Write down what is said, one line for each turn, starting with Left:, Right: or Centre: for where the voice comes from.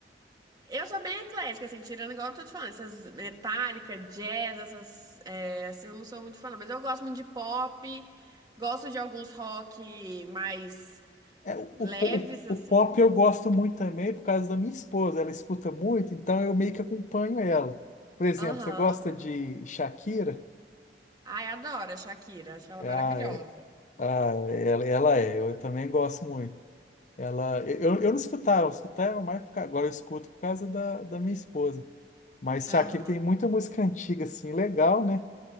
Right: Eu sou bem eclética, assim, tirando igual eu tô te falando, essas metálica, jazz, essas, é, assim, eu não sou muito fã, não, mas eu gosto muito de pop, gosto de alguns rock mais
Left: É, o,
Right: leves,
Left: o, po- o-
Right: assim.
Left: o pop eu gosto muito também por causa da minha esposa. Ela escuta muito, então eu meio que acompanho ela. Por exemplo,
Right: Aham.
Left: você gosta de Shakira?
Right: Ai, adoro a Shakira, acho ela
Left: Ah,
Right: maravilhosa.
Left: é. Ah, ela, ela é, eu também gosto muito. Ela, eu, eu não escutava, eu escutava mais por, ca- agora eu escuto por causa da, da minha esposa. Mas
Right: Aham.
Left: Shakira tem muita música antiga, assim, legal, né?